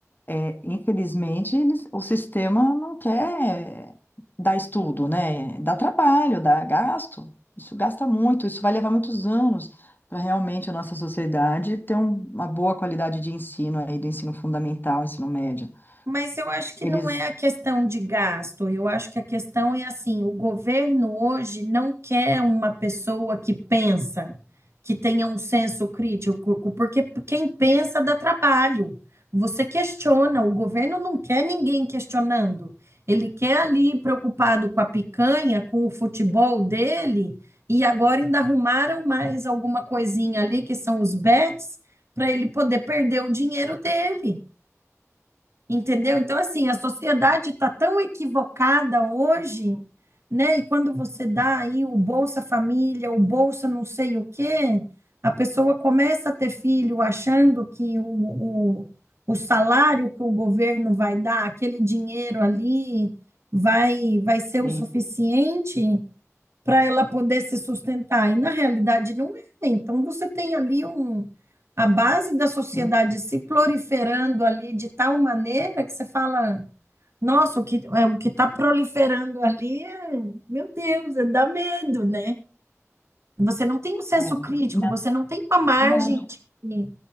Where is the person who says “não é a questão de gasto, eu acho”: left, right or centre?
Right